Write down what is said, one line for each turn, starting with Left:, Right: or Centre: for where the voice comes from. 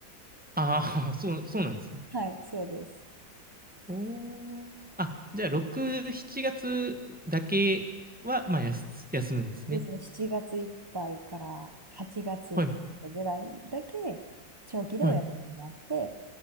Centre: ああ、<laughs> そう、そうなんですね。
Right: はい、そうです。
Centre: おー。あ、じゃあ、6、7月だけは、まあ、やす、休むんですね。
Right: そうですね、7月いっぱいから8月ちょっとぐらいだけ
Centre: はい。
Right: 長期でお休みがあって、
Centre: はい。